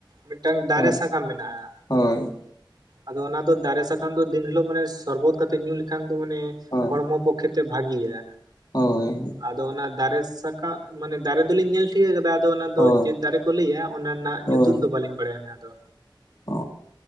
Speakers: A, on the right; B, on the left.
A: ᱢᱤᱫᱴᱟᱝ ᱫᱟᱨᱮ
B: ᱦᱳᱭ
A: ᱥᱟᱠᱟᱢ ᱢᱮᱱᱟᱜᱼᱟ᱾
B: ᱦᱳᱭ
A: ᱟᱫᱚ ᱚᱱᱟ ᱫᱚ ᱫᱟᱨᱮ ᱥᱟᱠᱟᱢ ᱫᱚ ᱫᱤᱱ ᱦᱤᱞᱳᱜ ᱢᱟᱱᱮ ᱥᱚᱨᱵᱚᱛ ᱠᱟᱛᱮᱜ ᱧᱩ ᱞᱮᱠᱷᱟᱱ ᱫᱚ ᱢᱟᱱᱮ
B: ᱦᱳᱭ
A: ᱦᱚᱲᱢᱚ ᱯᱚᱠᱠᱷᱮ ᱛᱮ ᱵᱷᱟᱜᱤᱭᱟ᱾
B: ᱦᱳᱭ
A: ᱟᱫᱚ ᱚᱱᱟ ᱫᱟᱨᱮ ᱥᱟᱠᱟᱢ ᱢᱟᱱᱮ ᱫᱟᱨᱮ ᱫᱚᱞᱤᱧ ᱧᱮᱞ ᱴᱷᱤᱠᱟᱹ ᱠᱟᱫᱟ᱾ ᱚᱱᱟ ᱫᱚ
B: ᱦᱳᱭ
A: ᱪᱮᱫ ᱫᱟᱨᱮ ᱠᱚ ᱞᱟᱹᱭᱟ ᱚᱱᱟ ᱨᱮᱱᱟᱜ
B: ᱦᱳᱭ
A: ᱧᱩᱛᱩᱢ ᱫᱚ ᱵᱟᱹᱞᱤᱧ ᱵᱟᱲᱟᱭᱟ ᱱᱟᱦᱟᱜ ᱫᱚ᱾
B: ᱚ